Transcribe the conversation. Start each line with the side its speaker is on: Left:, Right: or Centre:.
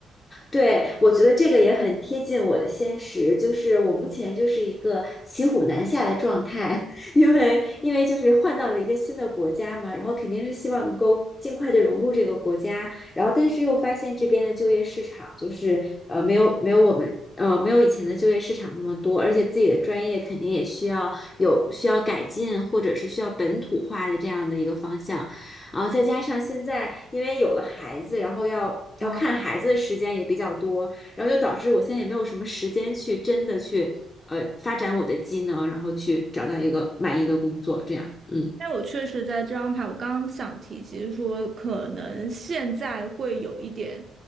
Left: 对，我觉得这个也很贴近我的现实，就是我目前就是一个骑虎难下的状态，<laughs> 因为因为就是换到了一个新的国家嘛，然后肯定是希望能够尽快的融入这个国家，然后但是又发现这边的就业市场就是呃没有没有我们呃没有以前的就业市场那么多，而且自己的专业肯定也需要有需要改进或者是需要本土化的这样的一个方向，啊，再加上现在因为有了孩子，然后要要看孩子的时间也比较多，
Right: 啊。
Left: 然后就导致我现在也没有什么时间去真的去呃发展我的技能，然后去找到一个满意的工作，这样，嗯。
Right: 但我确实在这张牌，我刚刚想提及说，可能现在会有一点